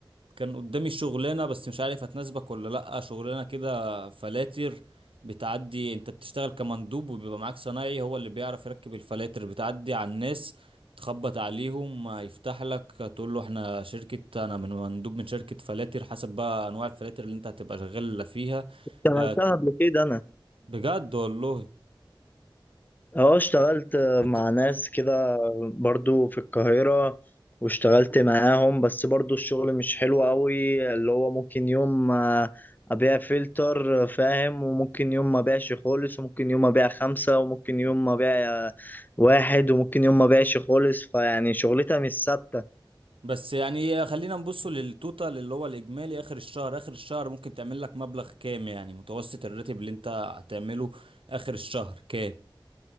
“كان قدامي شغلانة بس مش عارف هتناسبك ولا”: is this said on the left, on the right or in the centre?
Right